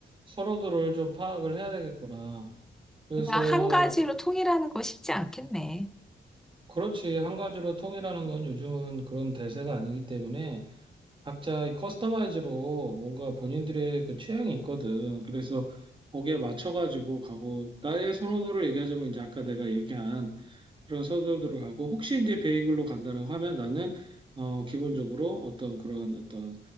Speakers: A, on the right; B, in the centre.
A: 서로들을 좀 파악을 해야 되겠구나. 그래서
B: 그냥 한 가지로 통일하는 거 쉽지 않겠네.
A: 그렇지. 한 가지로 통일하는 건 요즘은 그런 대세가 아니기 때문에 각자 커스터마이즈로 뭔가 본인들의 그 취향이 있거든. 그래서 거기에 맞춰가지고 가고 나의 선호도를 얘기하자면 이제 아까 내가 얘기한 그런 서도드로 가고 혹시 이제 베이글로 간다라고 하면 나는 어 기본적으로 어떤 그런 어떤